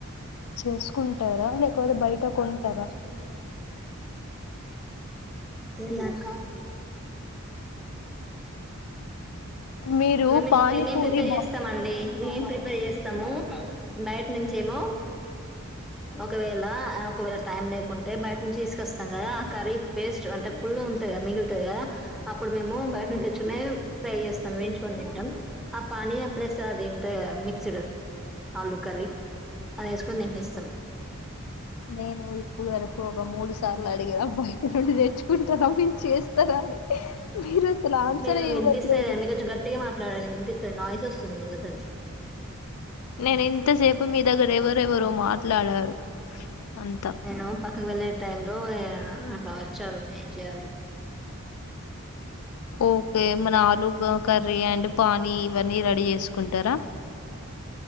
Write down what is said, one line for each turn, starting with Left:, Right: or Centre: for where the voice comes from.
Left: చేసుకుంటారా? లేకపోతే బయట కొంటారా?
Centre: తేలాక్
Left: మీరు
Centre: మేము
Left: పానీపూరి
Centre: ప్రేమేం ప్రిపేర్
Left: బా
Centre: చేస్తామ అండి మేం ప్రిపేర్ చేస్తాము బయట నుంచి ఏమో ఒకవేళ ఒకవేళ టైం లేకుంటే బయట నుంచి తీసుకొస్తాం కదా ఆ కర్రీ పేస్ట్ అంటే ఫుల్ ఉంటాయి కదా మిగులుతుంది కదా అప్పుడు మేము బయట నుంచి తెచ్చుకునే ఫ్రై చేస్తాము మే ప తింటాం ఆ పానీయ ప్లస్ అది ఉంటాయా మిక్స్డ్ ఆలు కర్రీ అది వేసుకొని తినేస్తాం
Left: నేను ఇప్పుడు వరకు ఒక మూడు సార్లు అడిగ అబ్బాయండి తెచ్ కుంటాన మీరు చేస్తార అని మీరు అసలు ఆన్సరే
Centre: మీరు వినిపిస్తాయి
Left: ఇవ్వట్లేదు.
Centre: కాని మీ కొంచెం గట్టిగా మాట్లాడాలి వినిపిస్తా నాయిస్ వస్తుంది మీద అసలు
Left: నేను ఇంతసేపు మీ దగ్గరఎవరు ఎవరు మాట్లాడారు అంతా
Centre: నేను పాకు వెళ్ళ టై లో అలా వచ్చారు ఏం చెయాలి
Left: ఓకే మన ఆలు కర్రీ అండ్ పానీ ఇవన్నీ రెడీ చేసుకుంటారా